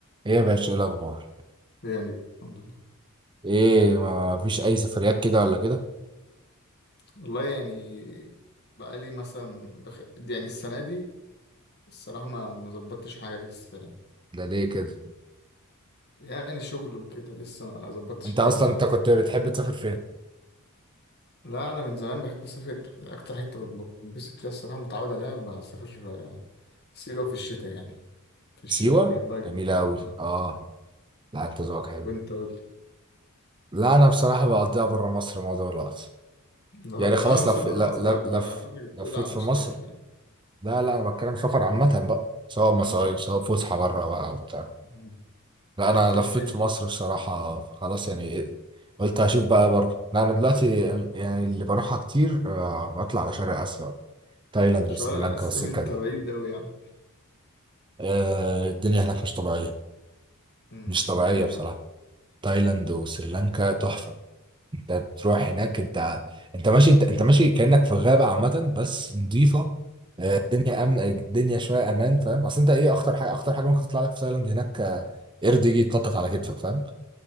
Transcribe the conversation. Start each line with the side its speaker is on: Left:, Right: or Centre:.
Right: ايه يا باشا ايه الاخبار
Left: إيه يعني الحمد لله
Right: ايه ما فيش اي سفريات كده ولا كده
Left: والله يعني بقالي مثلا دخل يعني السنة دي الصراحة ما ما ظبطتش حاجة لسه يعني
Right: ده ليه كده
Left: يعني شغل وكده لسه ما ظبطتش
Right: انت
Left: الدنيا
Right: اصلا
Left: يعني
Right: انت كنت بتحب تسافر فين
Left: لا أنا من زمان بحب أسافر أكتر حتة بتبسط فيها الصراحة متعود عليها بسافر آه، سيوة في الشتاء يعني في الشتاء
Right: سيوه
Left: بحبها جدا
Right: جميله قوي
Left: اه
Right: اه لا انت ذوقك حلو
Left: وأنت قول لي
Right: لا انا بصراحه بقضيها بره مصر معظم الوقت
Left: والله
Right: يعني خلاص
Left: أنا مسافر
Right: لف
Left: برا
Right: ل-
Left: مصر
Right: ل-
Left: برضه
Right: لف
Left: أنا على فكرة كنت
Right: لفيت
Left: بتقولي على
Right: في
Left: المصايف
Right: مصر
Left: يعني
Right: لا لا انا بتكلم سفر عامه بقى سواء مصايف
Left: آه.
Right: سواء فسحه بره بقى وبتاع
Left: مم.
Right: لا انا
Left: بتروح
Right: لفيت
Left: فين؟
Right: في مصر بصراحه خلاص يعني قلت هشوف بقى بره لا انا دلوقتي يعني اللي بروحها كتير آه، بطلع على شرق اسيا تايلاند
Left: شرق
Right: وسريلانكا
Left: آسيا
Right: والسكه
Left: <laughs> أنت
Right: دي
Left: بعيد أوي يعني
Right: آه، الدنيا هناك مش طبيعيه
Left: مم.
Right: مش طبيعيه
Left: ليه
Right: بصراحه
Left: بقى؟
Right: تايلاند وسريلانكا تحفه انت بتروح هناك انت انت ماشي انت, انت ماشي كانك في غابه عامه بس نظيفه الدنيا امن الدنيا شويه امان فاهم اصل انت ايه اخطر حاجه اخطر حاجه ممكن تطلع لك في تايلاند هناك آه، قرد يجي يتنطط على كتفك فاهم